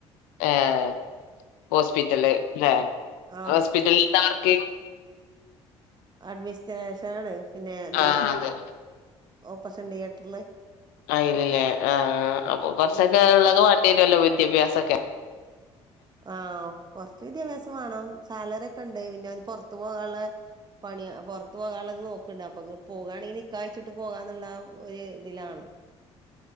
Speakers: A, on the left; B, on the right.
A: ആഹ ഹോസ്പി ഇല്ല ആ
B: ആ
A: ഹോസ്പിറ്റല താർക്കെ
B: അഡ്മിഷനേഷാണ് പിന്നെ അതില്
A: ആഹ് അതെ
B: ഓപ്പസൻ തിയേറ്ററില്
A: അയില്ലല്ലേ ആ അപ്പൊ കുറച്ചൊക്കെ
B: ഉം
A: ഉള്ളത് <unintelligible> വിദ്യാഭ്യസക്ക
B: ആഹ കൊറച്ച് വിദ്യാഭ്യാസം വേണം സാലറി ഒക്കെ ഉണ്ട് പിന്നെ അവന് പുറത്തു പോകാനുള്ള പണി പുറത്തു പോകാനുള്ളത് നോക്കണ്ട് അപ്പൊ പോകാണെങ്കിൽ നിക്കാഴ്ച്ചിട്ട് പോകാന്നുള്ള ഒരു ഇതിലാാണ്